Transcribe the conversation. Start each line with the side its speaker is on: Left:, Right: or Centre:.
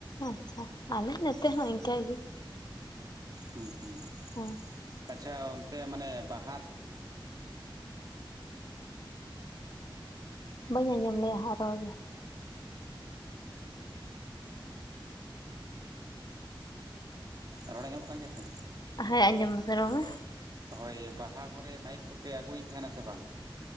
Left: ᱟᱪᱪᱷᱟ ᱟᱞᱮ ᱱᱚᱛᱮ ᱦᱚ ᱤᱱᱠᱟᱹ ᱜᱮ᱾
Right: ᱦᱩᱸ ᱦᱩᱸ ᱾
Left: ᱳ ᱾
Right: ᱟᱪᱪᱷᱟ ᱚᱱᱛᱮ ᱢᱟᱱᱮ ᱵᱟᱦᱟᱨ
Left: ᱵᱟᱹᱧ ᱟᱸᱡᱚᱢ ᱞᱮᱭᱟ ᱟᱜ ᱨᱚᱲ ᱜᱮ
Right: ᱨᱚᱲ ᱟᱡᱚᱢᱚᱜ ᱠᱟᱱ ᱜᱮᱭᱟ ᱥᱮ᱾
Left: ᱦᱮᱸ ᱟᱸᱡᱚᱢ ᱢᱟᱥᱮ ᱨᱚᱲ ᱢᱮ᱾
Right: ᱦᱳᱭ ᱵᱟᱦᱟ ᱠᱚᱨᱮ ᱢᱟᱭᱤᱠ ᱠᱚᱯᱮ ᱟᱹᱜᱩᱭ ᱛᱟᱦᱮᱱᱟ ᱥᱮ ᱵᱟᱝ᱾